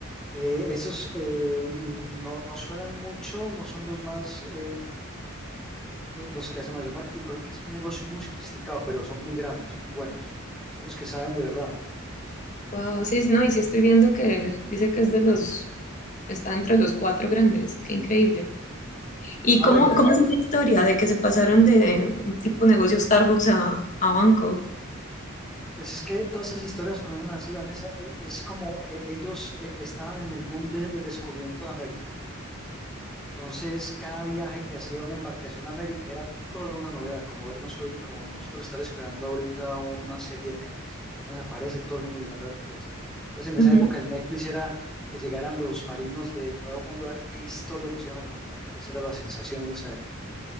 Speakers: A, in the centre; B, on the left.
A: eh, esos eh, no, no suenan mucho, no son los más, eh, lo- los, que hacen mayor marketing, pero que es un negocio muy sofisticado, pero son muy grandes, son muy buenos. Son los que saben de verdad.
B: wow, sí, sí, no, y sí estoy viendo que dice que es de los, está entre los cuatro grandes. Qué increíble. ¿Y
A: Ah,
B: cómo,
A: bueno,
B: cómo es esa historia de que se pasaron de un tipo de negocio Starbucks a, a banco?
A: Pues es que todas esas historias comienzan así, Vanessa. e- Es como eh, ellos eh, estaban en el boom de- del descubrimiento de América. Entonces, cada viaje que hacía una embarcación a América era toda una novedad, como vernos hoy, como nosotros estar esperando ahorita una serie de Netflix. Apenas aparece todo el mundo mirando a ver qué es. Entonces, en
B: Ujú,
A: esa época el Netflix era que llegaran los marinos del Nuevo Mundo a ver qué historias nos iban a contar. Esa era la sensación en esa época.